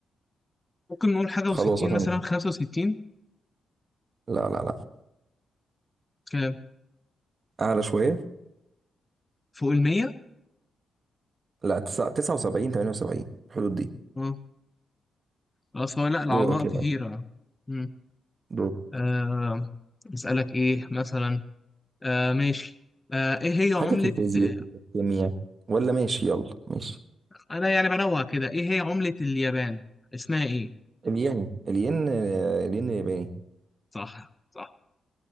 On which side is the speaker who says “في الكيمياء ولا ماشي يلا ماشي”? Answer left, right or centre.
Right